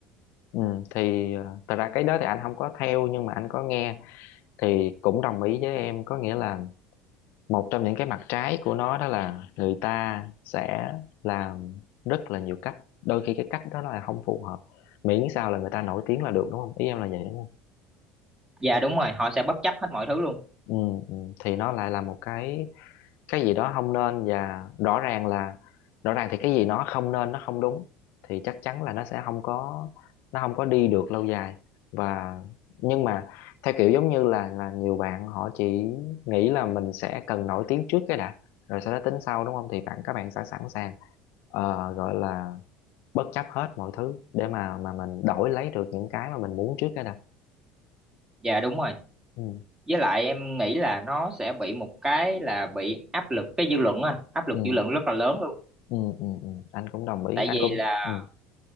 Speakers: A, on the left (about 55°); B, on the right (about 20°).
A: Ừ, thì ờ, thật ra cái đó thì anh không có theo nhưng mà anh có nghe thì cũng đồng ý với em có nghĩa là một trong những cái mặt trái của nó đó là người ta sẽ làm rất là nhiều cách đôi khi cái cách đó là không phù hợp miễn sao là người ta nổi tiếng là được đúng không ý em là vậy đúng
B: dạ đúng rồi họ sẽ bất chấp hết mọi thứ luôn
A: không ừ, ừ. thì nó lại là một cái cái gì đó không nên và rõ ràng là rõ ràng thì cái gì nó không nên nó không đúng thì chắc chắn là nó sẽ không có nó không có đi được lâu dài và nhưng mà theo kiểu giống như là là nhiều bạn họ chỉ nghĩ là mình sẽ cần nổi tiếng trước cái đã rồi sau đó tính sau đúng không thì bạn các bạn sẽ sẵn sàng ờ, gọi là bất chấp hết mọi thứ để mà mà mình đổi lấy được những cái mà mình muốn trước cái đã
B: dạ đúng rồi
A: ừ.
B: với lại em nghĩ là nó sẽ bị một cái là bị áp lực cái dư luận á anh áp lực
A: Ừ.
B: dư luận rất là lớn luôn
A: Ừ. Ừ. Ừ. ừ. anh cũng đồng ý
B: tại
A: anh
B: vì
A: cũng
B: là
A: ừ.